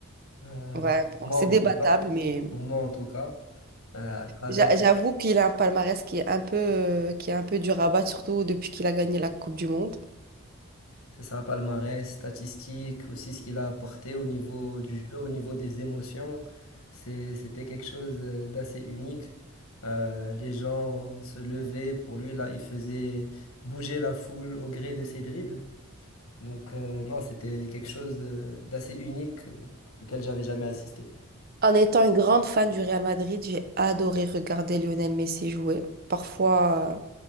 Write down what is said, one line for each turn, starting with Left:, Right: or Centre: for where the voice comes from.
Left: Euh,
Right: Ouais, bon,
Left: moi,
Right: c'est
Left: en
Right: débattable,
Left: tout cas.
Right: mais...
Left: Pour moi, en tout cas, euh, à travers.
Right: J'a- J'avoue qu'il a un palmarès qui est un peu, euh, qui est un peu dur à battre, surtout depuis qu'il a gagné la Coupe du Monde.
Left: C'est ça, palmarès, statistique, aussi ce qu'il a apporté au niveau du jeu, au niveau des émotions. C'est- C'était quelque chose euh, d'assez unique. Euh, les gens se levaient pour lui, là, il faisait bouger la foule au gré de ses dribbles. Donc, euh, non, c'était quelque chose de- d'assez unique euh, auquel j'avais jamais assisté.
Right: En étant une grande fan du Real Madrid, j'ai adoré regarder Lionel Messi jouer. Parfois, euh,